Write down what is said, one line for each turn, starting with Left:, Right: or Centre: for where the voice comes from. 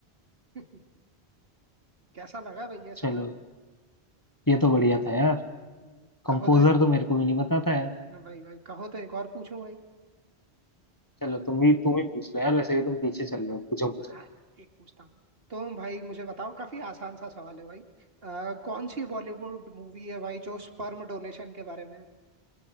Right: <laughs> कैसा लगा भाई ये सवाल
Left: चलो ये तो बढ़िया था यार
Right: हम्म,
Left: कंपोजर
Right: कहो तो
Left: तो मेरे को भी नहीं पता था यार
Right: भाई भाई कहो तो एक और पूछूं भाई
Left: चलो तुम भी तुम ही पूछ लो यार वैसे भी तुम पीछे चल रहे हो पूछो पूछो
Right: हाँ एक पूछता हूँ तो भाई मुझे बताओ काफी आसान सा सवाल है भाई आ, कौन सी बॉलीवुड मूवी है भाई जो स्पर्म डोनेशन के बारे में